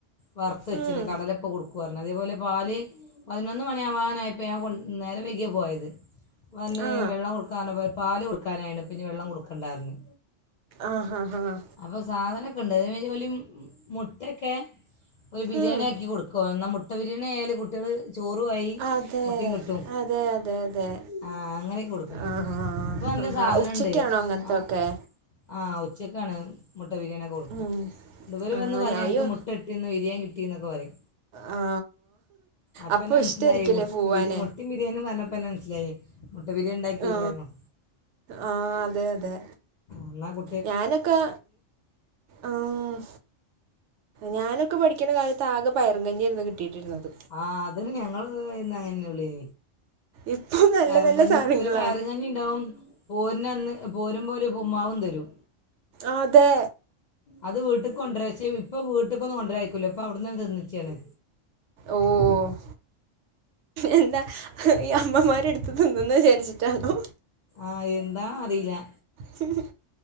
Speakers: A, on the left; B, on the right.
A: വറുത്ത് വെച്ചിന്
B: ഉം,
A: കടല ഇപ്പോ കൊടുക്കു പറഞ്ഞ്, അതേപോലെ പാല് പതിനൊന്ന് മണിയാവാനായി ഇപ്പോ ഞാൻ കൊണ്ട് നേരം വൈകിയാ പോയത് വന്ന്
B: ആ
A: വെള്ളം കൊടുക്ക പറഞ്ഞപ്പോ പാല് കൊട് കൊടുക്കാനായിന് ഇപ്പോ ഇനി വെള്ളം കൊടുക്കണ്ട പറഞ്ഞ്
B: ആഹ്, ആഹ് ആഹ്
A: അപ്പൊ സാധനയൊക്കെയുണ്ട് അതേ മാരി മുട്ടൊക്കെ. ഒരു, ബിരിയാണി
B: ഉം,
A: ആക്കി കൊടുക്കോ എന്നാ മുട്ട ബിരിയാണി ആയാല് കുട്ടികള് ചെറുവായി
B: അതെ
A: മുട്ടിം കിട്ടും.
B: അതെ അതെ അതെ
A: ആ അങ്ങനെ കൊടുക്കണേ
B: ആ ആ
A: ഇപ്പോ നല്ല
B: ആ
A: സാധനം
B: ആ ഉച്ചയ്ക്കാണോ
A: ഉണ്ടേ
B: അങ്ങനത്തെ
A: ആ
B: ഒക്കെ
A: ആ ഉച്ച ക്കാണ് മുട്ട ബിരിയാണിക്കെ കൊടുക്കും
B: ഉം.
A: ഇവര്
B: ആ
A: വന്ന് പറയും
B: ഞാൻ
A: ഞങ്ങക്ക്
B: അയ്യോ
A: മുട്ട കിട്ടിന്ന് ബിരിയാൺ കിട്ടി ന്നൊക്ക പറിം
B: ആ
A: അപ്പനാ
B: അപ്പോൾ
A: മനസിലായിരി
B: ഇഷ്ടമായിരിക്കില്ലേ
A: <unintelligible>
B: പോവാൻ
A: <unintelligible> ബിരിയാണി പറഞ്ഞപ്പനെ മനസ്സിലായി മുട്ട ബിരിയാണി ഉണ്ടാക്കിക്കാരോ
B: ആ
A: ആഹ്‌
B: ആ അതെ അതെ
A: അന്നാ കു
B: ഞാനൊക്കെ ആഹ് ഞാനാക്കെ പഠിക്കുന്ന കാലത്ത് ആകെ പയറും കഞ്ഞിയാരുന്നു കിട്ടിയിട്ടിരുന്നത്
A: ആഹ് അതിന് ഞങ്ങളും <unintelligible> എന്നും അങ്ങനൊള്ളെ
B: ഇപ്പോൾ നല്ല
A: പയറും
B: നല്ല
A: കഞ്ഞി
B: സാധനങ്ങളാ
A: ഒരു പയറും കഞ്ഞി ണ്ടാവും പോരനന്ന് പോരുമ്പോ ഒരു ഉപ്പുമാവും തരും
B: ആതെ
A: അത് വീട്ടി കൊണ്ടരാച്ചേ ഇപ്പോ വീട്ടിക്ക് കൊന്നും കൊണ്ടരായിക്കൂല ഇപ്പോ അവടെന്നെ നിതിന്നിച്ചാണ്
B: ഓഹ് എന്താ ഈ അമ്മമാരെടുത്ത് തിന്നന്ന് വിചാരിച്ചിട്ടാണോ
A: ആഹ് എന്താണ് അറിലാ
B: പി <unintelligible>